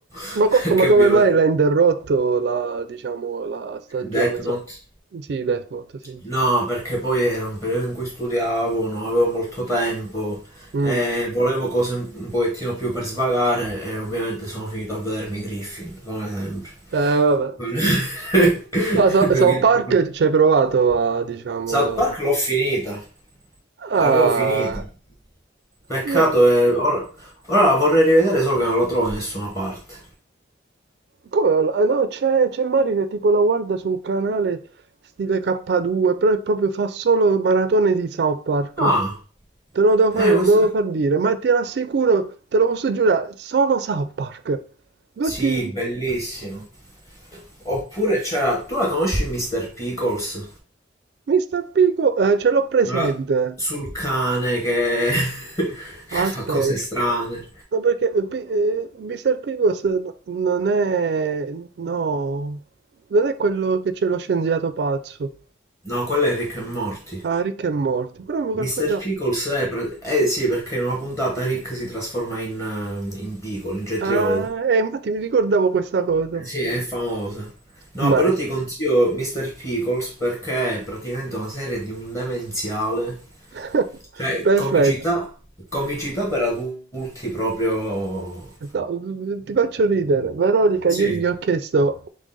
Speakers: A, on the left; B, on the right.
A: <laughs>
B: Ma, co-
A: perché
B: ma come
A: ovviamente
B: mai l'ha interrotto la, diciamo, la stagione?
A: Death Note...
B: So- sì, Death Note, sì.
A: No, perché poi era un periodo in cui studiavo, non avevo molto tempo
B: Mm.
A: e volevo cose un un pochettino più per svagare e ovviamente sono finito a vedermi Griffin, come sempre.
B: Eh, vabbè.
A: Quello- <laughs>
B: No, So-
A: Il mio
B: South
A: guilty
B: Park
A: pleasure.
B: ci hai provato a, diciamo...
A: South Park
B: a-
A: l'ho finita, l'avevo
B: Ah,
A: finita. Peccato,
B: io-
A: eh, ora, ora la vorrei rivedere solo che non la trovo da nessuna parte.
B: come- ah, no, c'è c'è Mario che tipo la guarda su un canale stile K2, però è proprio fa solo maratone di South Park.
A: Ah,
B: Te lo devo far,
A: eh,
B: te
A: questo...
B: lo devo far dire, ma ti rassicuro, te lo posso giurare, solo South Park. Infatti...
A: Sì, bellissimo. Oppure c'era... Tu la conosci Mr. Pickles?
B: Mr. Picos, eh, ce l'ho presente.
A: Quella sul cane che... <laughs> che
B: Aspetta,
A: fa cose strane.
B: no, perché eh, Pi- eh, Mr. Picos no- non è... No, non è quello che c'è lo scienziato pazzo.
A: No, quello è Rick e Morty.
B: Ah, Rick e Morty, però mi
A: Mr.
B: qualcosa...
A: Pickles è... pre- Eh sì, perché in una puntata Rick si trasforma in, eh, in piccolo, in cetriolo.
B: Ah, eh, infatti mi ricordavo questa cosa.
A: Eh Sì, è famosa. No,
B: Ma...
A: però ti consiglio Mr. Pickles perché è praticamente una serie di un demenziale.
B: <laughs>
A: Cioè,
B: Perfetto.
A: comicità, comicità per adulti proprio...
B: No, mm, ti faccio ridere. Veronica,
A: Sì.
B: ieri gli ho chiesto,